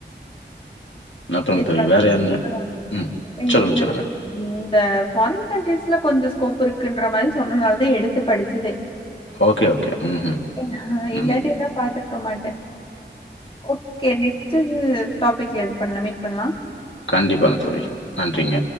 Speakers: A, on the left; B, on the left.
A: அப்புறம்
B: இது
A: தோழி
B: வந்து
A: வேற என்ன?
B: ப அ
A: ம்.
B: ஏ
A: சொல்லுங்க,
B: இது
A: சொல்லுங்க.
B: இந்த ஃபாரின் கண்ட்ரிஸ்ல கொஞ்சம் ஸ்கோப் இருக்குன்ற மாரி சொன்னதுனாலதா எடுத்து படிச்சுதே
A: ஓகே ஓகே ம்ஹ்ம்.
B: நா இல்லாட்டி
A: ம்.
B: இல்ல பாத்தி க்க மாட்டே ஓகே நெக்ஸ்ட்டு டாபிக்ல இது பண்ணலா மீட் பண்ணலாம்
A: கண்டிப்பாங்க தோழி நன்றிங்க